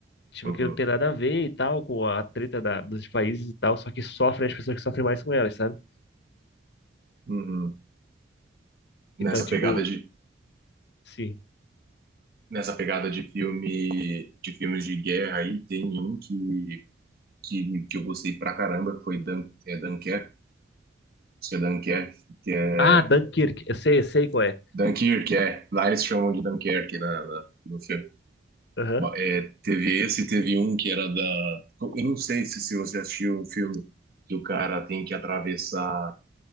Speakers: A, on the left; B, on the right.
A: Tipo,
B: Uhum,
A: que não tem nada a ver e tal, com a treta da- dos países e tal, só que sofrem as pessoas que sofrem mais com elas, sabe?
B: uhum. Nessa
A: Então, tipo,
B: pegada de,
A: sim.
B: nessa pegada de filme, de filmes de guerra aí, tem um que, que, que eu gostei pra caramba, que foi Dan, é Dunkerque, acho que é Dunkerque, que é
A: Ah, Dunkirk, eu sei, eu sei qual é.
B: Dunkirk, é. Lars chamam de Dunkirk na, na- no filme.
A: Aham.
B: Ba- É, teve esse, teve um que era da. Eu não sei se, se você assistiu um filme que o cara tem que atravessar.